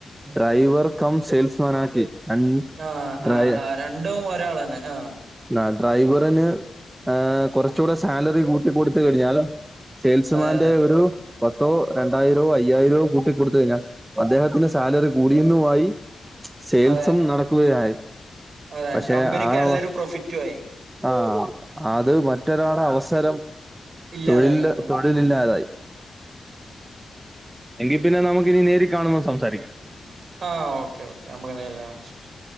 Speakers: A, on the right; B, on the right.
A: ഡ്രൈവർ കം സെയിൽസ്മാൻ ആക്കി. രൺ-
B: ആഹ്
A: ഡ്രൈ-
B: ആഹ് ആഹ് രണ്ടും ഒരാളന്നെ. ആഹ്
A: ആഹ് ഡ്രൈവറിന് ഏഹ് കുറച്ചൂടെ സാലറി കൂട്ടി കൊടുത്ത് കഴിഞ്ഞാൽ സെയിൽസ്മാന്റെ
B: അതെ അതെ
A: ഒരു പത്തോ രണ്ടായിരോ അയ്യായിരോ കൂട്ടിക്കൊടുത്ത് കഴിഞ്ഞാ അദ്ദേഹത്തിന്റെ സാലറി കൂടിന്നു ആയി സേയിൽസും
B: അതെ
A: നടക്കുക ആയി.
B: അതെ
A: പക്ഷെ
B: കമ്പനിക്ക്
A: ആഹ്
B: നല്ലൊരു
A: വ
B: പ്രോഫിറ്റും ആയി
A: ആഹ് അത് മറ്റൊരാളെ അവസരം
B: ഇല്ലാതായി
A: തൊഴിൽല്,
B: ഉം
A: തൊഴിലില്ലാതായി. എങ്കി പിന്നെ നമുക്കിനി നേരി കാണുമ്മം സംസാരിക്കാം.
B: ആഹ് ഓക്കെ ഓക്കെ നമുക്ക് നേരി കാണുംമ്പം സംസം